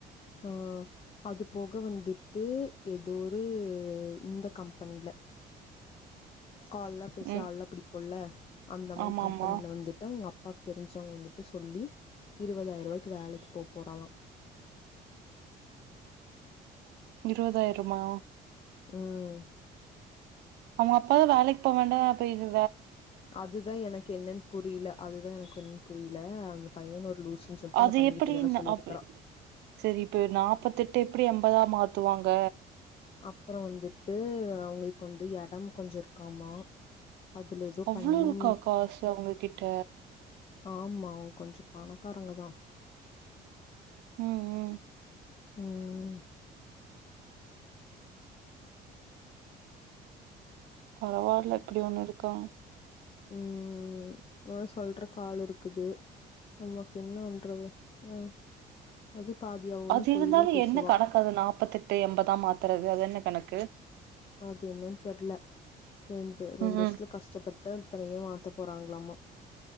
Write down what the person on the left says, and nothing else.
ஆஹ் அது போக வந்துட்டு ஏதோ ஒரு இந்த கம்பெனில கால்லாம் பேசி
ஆள்லாம் புடிப்போல்ல அந்த மாரி
கம்பெனில
வந்துட்டுஅவங்க அப் அப்பாக்கு தெரிஞ்சவங்க வந்துட்டு சொல்லி இருவதாயிரவாய்க்கு வேலைக்கு போப் போறலாம்
உம்
அதுதான் எனக்கு என்னன்னு புரில அதுதான் எனக்கு புரில அந்த பையன் ஒரு லூசுன்னு சொல்லிட்டு
அந்த பையன்
கிட்ட இதெல்லா
சொல்லிருக்கறா
அப்பறம் வந்துட்டு அவங்களுக்கு வந்து எடம் கொஞ்சம் இருக்காமா அதுல ஏதோ
பண்ணி
ஆம்மா அவுங்க கொஞ்சம் பணக்காரங்க தான்
உம்
உம் ஒரு சொல்றக்கு ஆள் இருக்குது நமக்ககென்ன பண்றது உம் அது பாதி அவ வந்து
பொய்
தா பேசுவா
அது என்னன்னு தெர்ல ரெண்டு ரெண்டு
வருஷத்துல கஷ்டப்பட்டு அத்தனையு மாத்த போறான் வாங்களாமா